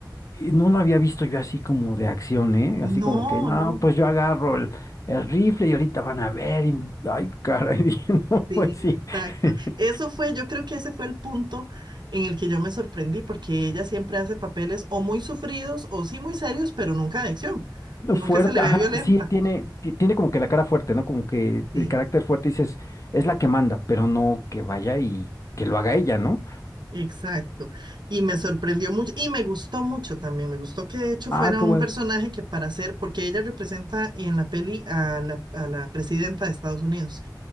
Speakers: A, on the left (about 45°); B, on the right (about 75°).
A: eh, no la había visto yo así como de acción, ¿eh? Así
B: No,
A: como que, no,
B: no.
A: pues yo agarro el, el rifle y ahorita van a ver, y, ay, caray, <laughs> dije, no,
B: Sí,
A: pues sí.
B: exacto.
A: <laughs>
B: Eso fue, yo creo que ese fue el punto en el que yo me sorprendí, porque ella siempre hace papeles o muy sufridos o sí muy serios, pero nunca de acción. Nunca
A: Fuerte,
B: se le ve
A: ajá,
B: violenta.
A: sí, tiene, ti- tiene como que la cara fuerte, ¿no? Como que
B: Sí,
A: el carácter fuerte dices, es la que manda, pero no que vaya y que lo haga ella, ¿no?
B: exacto. Y me sorprendió mucho y me gustó mucho también. Me gustó que de hecho
A: Ah,
B: fuera
A: qué
B: un
A: bueno.
B: personaje que para ser, porque ella representa en la peli a la, a la presidenta de Estados Unidos.